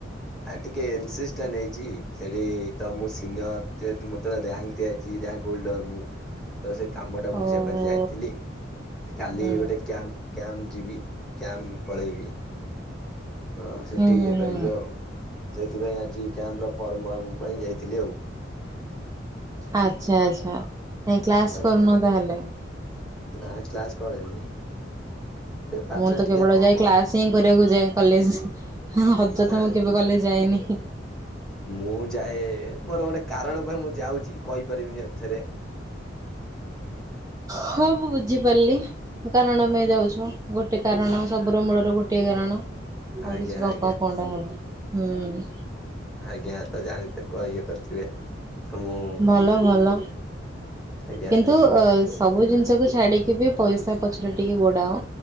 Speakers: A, in the centre; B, on the right.
A: ଆ ଟିକେ ଏନ୍ ସି ସି ଟା ନେଇଛି। ସେଠି ତ ମୁଁ ସିନିୟର ଯେହେତୁ, ମୋତେ ରାଙ୍କଦିଆ <inaudible> ମୁଁ। ତ ସେ କାମ ଟା ବୁଝେଇଆକୁ
B: ଓହୋ।
A: ଯାଇଥିଲି। କାଲି
B: ହୁଁ
A: ଗୋଟେ କ୍ୟାମ୍ପ କ୍ୟାମ୍ପ ଯିବି। କ୍ୟାମ୍ପ ପଳେଇବି। ତ ସେଠି
B: ହୁଁ ହୁଁ
A: ଇଏ
B: ହୁଁ
A: କରିବି ଆଉ। ସେଇଥିପାଇଁ ଆଜି କ୍ୟାମ୍ପ ର ଫର୍ମ ଫର୍ମ ପାଇଁ ଯାଇଥିଲି ଆଉ।
B: ଆଚ୍ଛା ଆଚ୍ଛା। ନାଇ କ୍ଲାସ୍
A: ଆଜ୍ଞା
B: କରୁନ ତାହେଲେ?
A: ନା କ୍ଲାସ କରେନି। ଟିକେ ପାଠରେ
B: ମୁଁ ତ
A: ଟିକେ
B: କେବଳ
A: କମ
B: ଯାଏ କ୍ଲାସ
A: ଆଉ
B: ହିଁ କରିବାକୁ ଯାଏ କଲେଜ। ଅଯଥା
A: ନା
B: ମୁଁ କେବେ କଲେଜ ଯାଏନି।
A: ମୁଁ ଯାଏ ମୋର ଗୋଟେ କାରଣ ପାଇଁ ମୁଁ ଯାଉଛି। କହିପାରିବିନି ଏଥରେ।
B: ହଁ ମୁଁ ବୁଝିପାରିଲି। କୋଉ କାରଣ ପାଇଁ
A: ଆଜ୍ଞା
B: ଯାଉଛ! ଗୋଟିଏ କାରଣ ସବୁର ମୂଳର ଗୋଟିଏ କାରଣ। ଆଉ
A: ଆଜ୍ଞା
B: କିଛି କ
A: ଆଜ୍ଞା
B: କଣ କଣଟା ହେବ? ହୁଁ।
A: ଆଜ୍ଞା। ତ ଜାଣିିତେ କଣ ଇଏ କରିଥିବେ? ତ ମୁଁ
B: ଭଲ ଭଲ।
A: ଆଜ୍ଞା
B: କିନ୍ତୁ ଆ ସବୁ ଜିନିଷକୁ ଛାଡ଼ିକି ବି ପଇସା ପଛରେ ଟିକେ ଗୋଡ଼ାଅ।